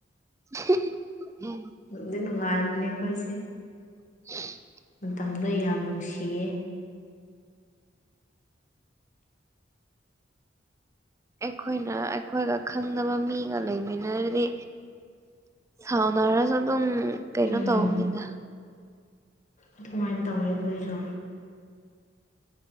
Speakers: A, on the right; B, on the left.
A: <unintelligible>
B: ꯅꯨꯡꯗꯤ ꯅꯨꯡꯉꯥꯏꯕꯅꯤꯀꯣ ꯑꯩ ꯁꯦ
A: <inaudible>
B: ꯃꯇꯝꯗꯣ ꯌꯥꯝ ꯅꯨꯡꯁꯤꯌꯦ
A: ꯑꯩꯈꯣꯏꯅ ꯑꯩꯈꯣꯏꯒ ꯈꯪꯅꯕ ꯃꯤꯒ ꯂꯩꯃꯤꯟꯅꯔꯗꯤ ꯁꯥꯎꯅꯔꯁꯨ ꯑꯗꯨꯝ ꯀꯩꯅꯣ
B: ꯎꯝ
A: ꯇꯧꯕꯅꯤꯗ
B: ꯑꯗꯨꯃꯥꯏꯅ ꯇꯧꯋꯤ ꯑꯩꯈꯣꯏꯁꯨ